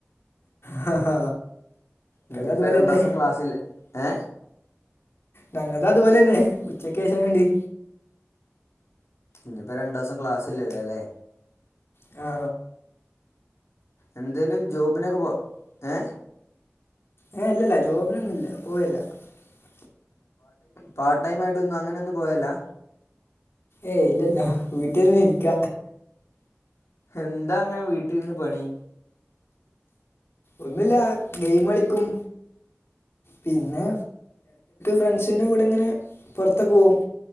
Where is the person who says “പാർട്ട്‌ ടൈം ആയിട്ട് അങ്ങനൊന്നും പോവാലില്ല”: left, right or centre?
Left